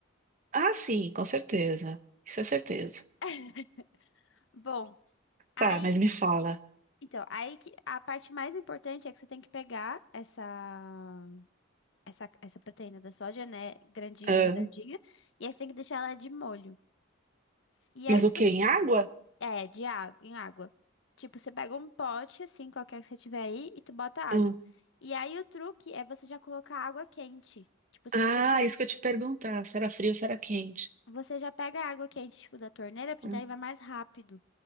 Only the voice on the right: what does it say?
Ah, sim, com certeza. Isso é certeza.
Tá, mas me fala.
ah,
mas
o quê?
Em água?
Hum.
Ah,
isso que eu te perguntar. Se era frio ou se era quente.
Hum.